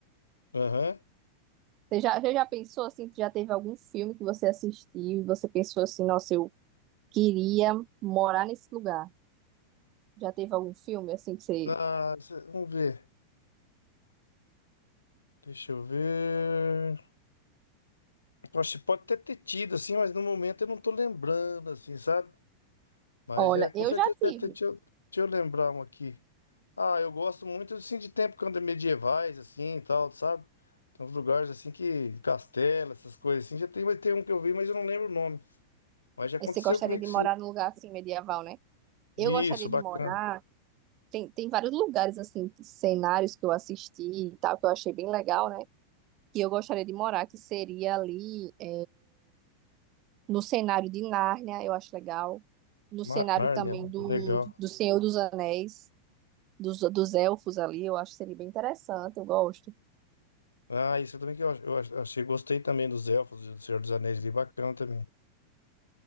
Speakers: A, on the left (about 75°); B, on the right (about 35°).
A: Aham.
B: Você já, você já pensou assim, já teve algum filme que você assistiu e você pensou assim, nossa, eu queria morar nesse lugar. Já teve algum filme assim que você,
A: Ah, cê- vamos ver. Deixa eu ver. Poxa, pode até ter tido, assim, mas no momento eu não tô lembrando, assim, sabe? Mas
B: olha,
A: é, com
B: eu
A: certeza
B: já tive.
A: deve ter. Deixa eu, deixa eu lembrar um aqui. Ah, eu gosto muito assim de tempo quando é medievais assim e tal, sabe? Tem uns lugares assim que castelo, essas coisas assim. Já tem, mas tem um que eu vi, mas eu não lembro o nome. Mas já aconteceu
B: Aí você gostaria
A: comigo
B: de morar
A: sim.
B: num lugar assim medieval, né?
A: Isso,
B: Eu gostaria de
A: bacana.
B: morar Tem, tem vários lugares, assim, cenários que eu assisti e tal, que eu achei bem legal, né? Que eu gostaria de morar, que seria ali é, no cenário de Nárnia, eu acho legal. No
A: Mar-
B: cenário
A: Nárnia,
B: também
A: né?
B: do,
A: Legal.
B: do Senhor dos Anéis, dos, dos elfos ali, eu acho que seria bem interessante, eu gosto.
A: Ah, isso também que eu, ach- eu ach- achei, gostei também dos elfos, do Senhor dos Anéis ali, bacana também.